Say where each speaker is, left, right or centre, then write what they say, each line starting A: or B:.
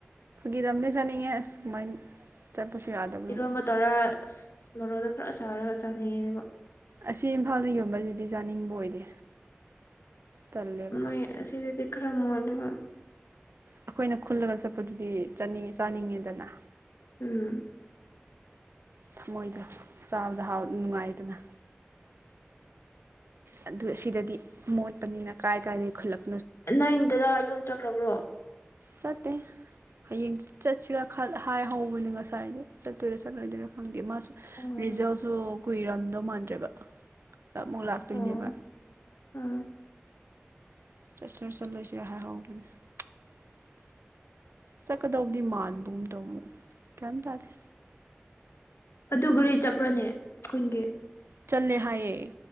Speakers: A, on the right; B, on the left.
A: ꯒꯤꯗꯝꯅꯦ ꯆꯅꯤꯡꯉꯦ ꯑꯁ ꯀꯃꯥꯏ ꯄꯁꯨ ꯌꯥꯗꯕꯗꯨꯕꯣ
B: ꯏꯔꯣꯟꯕ ꯇꯧꯔ ꯑꯁ ꯃꯣꯔꯣꯛꯗꯣ ꯈꯔ ꯁꯥꯔꯒ ꯆꯥꯅꯤꯡꯌꯦꯅꯦꯕꯣ
A: ꯑꯁꯤ ꯏꯝꯐꯥꯜꯗ ꯌꯣꯟꯕꯁꯤꯗꯤ ꯆꯥꯅꯤꯡꯕ ꯑꯣꯏꯗꯦ ꯇꯜꯂꯦꯕ
B: ꯃꯣꯏ ꯑꯁꯤꯗꯗꯤ ꯀ꯭ꯔꯃ ꯃꯣꯟꯗꯕ
A: ꯑꯩꯈꯣꯏꯅ ꯈꯨꯜꯂꯒ ꯆꯠꯄꯗꯨꯗꯤ ꯆꯠꯅꯤ ꯆꯥꯅꯤꯡꯉꯦꯗꯅ
B: ꯎꯝ
A: ꯊꯃꯣꯏꯗꯣ ꯆꯥꯕꯗ ꯍꯥꯎꯗ ꯅꯨꯡꯉꯥꯏꯗꯅ ꯑꯗꯨ ꯁꯤꯗꯗꯤ ꯃꯣꯠꯄꯅꯤꯅ ꯀꯥꯏ ꯀꯥꯏꯗꯒꯤ ꯈꯨꯜꯂꯛꯄ
B: ꯅꯪ ꯏꯟꯗꯗ ꯆꯠꯈ꯭ꯔꯕ꯭ꯔꯣ
A: ꯆꯠꯇꯦ ꯍꯌꯦꯡ ꯆꯠꯁꯤꯔꯥ ꯍꯥꯏ ꯍꯧꯕꯅꯦ ꯉꯁꯥꯏꯗꯤ ꯆꯠꯇꯣꯏꯔꯥ ꯆꯠꯂꯣꯏꯗꯣꯏꯔꯥ ꯈꯪꯗꯦ ꯃꯥꯁꯨ
B: ꯑꯣ
A: ꯔꯤꯖꯜꯁꯨ ꯀꯨꯏꯔꯝꯗꯧ ꯃꯥꯟꯗ꯭ꯔꯦꯕ ꯁꯤꯗ ꯑꯃꯨꯛ ꯂꯥꯥꯛꯇꯣꯏꯅꯦꯕ
B: ꯑꯣ ꯑꯣ
A: <unintelligible> ꯆꯠꯀꯗꯧꯗꯤ ꯃꯥꯟꯕꯕꯨ ꯑꯃꯗꯧꯃꯨꯛ ꯀꯩꯝ ꯇꯥꯔꯦ
B: ꯑꯗꯨ ꯒꯥꯔꯤ ꯆꯠꯄ꯭ꯔꯅꯦ ꯑꯩꯈꯣꯏꯒꯤ
A: ꯆꯜꯂꯦ ꯍꯥꯏꯌꯦ